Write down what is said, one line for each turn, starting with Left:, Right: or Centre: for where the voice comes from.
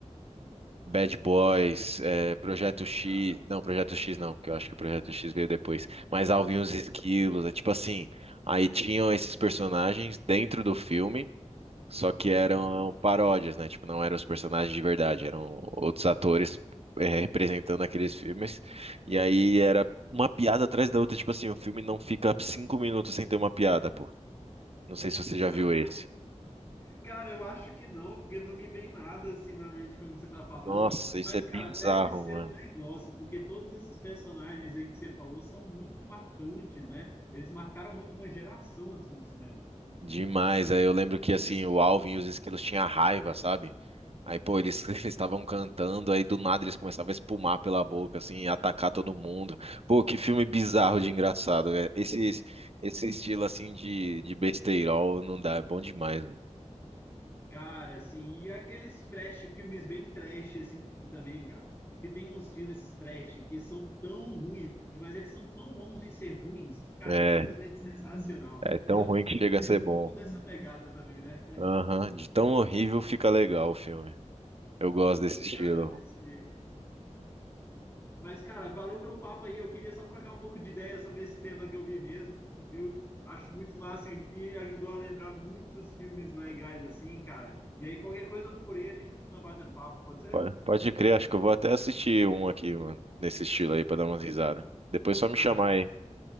Right: Bad Boys, eh, Projeto X.
Left: Cara,
Right: Não, Projeto X não, porque eu acho que o Projeto X veio depois. Mas Alvin e os Esquilos, é tipo assim. Aí tinham esses personagens dentro do filme. Só que eram
Left: aham.
Right: paródias, né? Tipo, não eram os personagens de verdade, eram outros atores é, representando aqueles filmes. E aí era uma piada atrás da outra. Tipo assim, o filme não fica cinco minutos sem ter uma piada, pô. Não sei se você já viu
Left: <laughs>
Right: esse.
Left: Cara, eu acho que não, porque não me vem nada assim na mente quando você tá falando.
Right: Nossa, isso
Left: Mas,
Right: é bizarro,
Left: cara, deve ser um negócio, porque todos esses personagens aí que você falou são muito marcantes, né? Eles marcaram muito uma geração assim do cinema.
Right: Demais. Aí eu lembro que assim, o Alvin e os esquilos tinham raiva, sabe? Aí, pô, eles <laughs> eles estavam cantando, aí do nada eles começavam a espumar pela boca, assim, e atacar todo mundo. Pô, que filme bizarro de engraçado, velho. Esse, esse estilo, assim, de, de besteirol não dá, é bom demais, mano.
Left: Cara, assim, e aqueles trash, filmes bem trash assim também, cara. Que tem uns filmes trash que são tão ruins, mas eles são tão bons em ser ruins que, cara,
Right: É,
Left: é simplesmente sensacional.
Right: é tão
Left: É um,
Right: ruim que chega a
Left: é
Right: ser
Left: um
Right: bom.
Left: pouco dessa pegada também, né?
Right: Aham, de tão horrível fica legal o filme. Eu gosto
Left: Pô,
Right: desse estilo.
Left: cara, desse jeito. Mas, cara, valeu pelo papo aí. Eu queria só trocar um pouco de ideia sobre esse tema que eu vi mesmo, viu? Acho muito massa e me ajudou a lembrar muitos filmes legais, assim, cara. E aí, qualquer coisa eu tô por aí, a gente continua batendo papo, pode ser?
Right: Pode, pode crer, acho que eu vou até assistir um aqui, mano, nesse estilo aí, pra dar umas risadas. Depois só me
Left: <laughs>
Right: chamar aí.